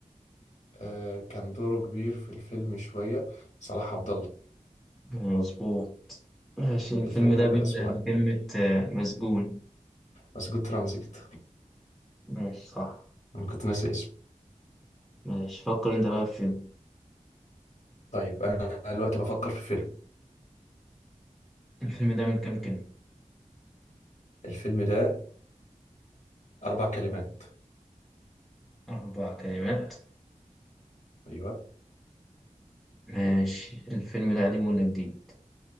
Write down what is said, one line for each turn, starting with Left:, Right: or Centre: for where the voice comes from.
Left: آه كان دوره كبير في الفيلم شوية صلاح عبد الله
Centre: مظبوط ماشي الفيلم
Left: الفيلم
Centre: ده بيبدأ
Left: بيبقى اسمه
Centre: بكلمة
Left: ايه
Centre: آه، مسجون
Left: مسجون ترانزيت
Centre: ماشي صح
Left: انا كنت ناسي اسمه
Centre: ماشي فكر انت بقى في فيلم
Left: طيب انا دلوقتي بفكر في فيلم
Centre: الفيلم ده من كام كلمة
Left: الفيلم ده اربع كلمات
Centre: أربع كلمات
Left: ايوه
Centre: ماشي الفيلم ده قديم ولا جديد